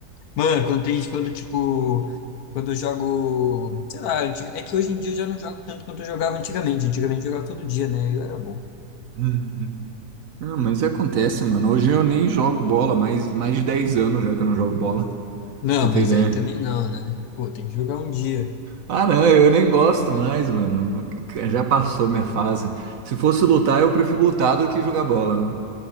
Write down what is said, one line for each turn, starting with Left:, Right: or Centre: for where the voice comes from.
Left: Mano, quando tem, quando tipo, quando eu jogo, sei lá, anti- é que hoje em dia eu já não jogo tanto quanto eu jogava antigamente. Antigamente eu jogava todo dia, né? Eu era bom.
Right: Uhum. Não, mas acontece, mano. Hoje eu nem jogo bola, mas mais de 10 anos já que eu não jogo bola.
Left: Não,
Right: Pra Você tem
Left: mas
Right: ideia?
Left: aí também não, né? Pô, tem que jogar um dia.
Right: Ah, não, eu nem gosto mais, mano. Já passou minha fase. Se fosse lutar, eu prefiro lutar do que jogar bola, mano.